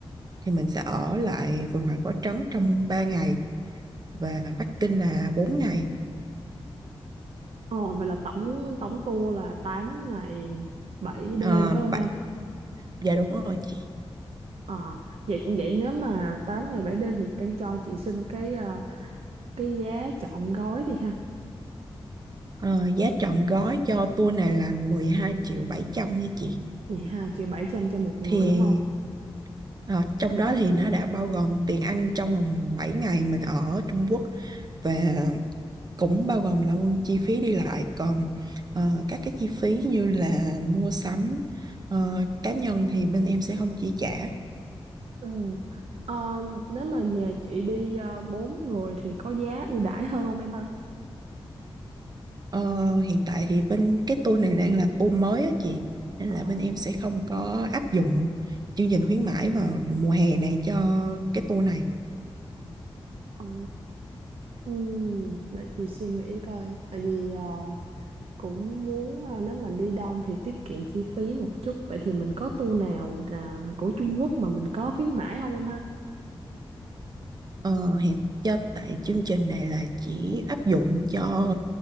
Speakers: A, on the right; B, on the right.
A: thì mình sẽ ở lại Phượng Hoàng Cổ Trấn trong 3 ngày và Bắc Kinh là bốn ngày
B: ờ vậy là tổng tổng tour là tám ngày bảy đêm
A: Ờ,
B: phải không
A: Bạch-
B: em
A: dạ đúng rồi chị
B: ờ vậy vậy nếu mà 8 ngày 7 đêm thì em cho chị xin cái ờ, cái giá trọn gói đi ha
A: Ờ, giá trọn gói cho tour này là mười hai triệu bảy trăm nha chị.
B: 12 triệu 700 cho một người
A: Thì
B: đúng không
A: ờ, trong
B: ừ.
A: đó thì nó đã bao gồm tiền ăn trong vòng 7 ngày mình ở Trung Quốc và cũng bao gồm là chi phí đi lại. Còn ờ, các cái chi phí như là mua sắm ờ, cá nhân thì bên em sẽ không chi trả.
B: ừ. Ờ, nếu mà nhà chị đi uh, 4 người thì có giá ưu đãi hơn không em ha
A: Ờ, hiện tại thì bên cái tour này đang là tour mới á chị. Nên
B: ờ
A: là bên em sẽ không có áp dụng chương trình khuyến mãi vào mùa hè này cho cái tour này.
B: Ồ. Ừm, để chị suy nghĩ coi tại vì ờ, cũng muốn ờ, nếu mà đi đông thì tiết kiệm chi phí một chút vậy thì mình có tour nào là của Trung Quốc mà mình có khuyến mãi không em ha?
A: Ờ, hiện do tại chương trình này là chỉ áp dụng cho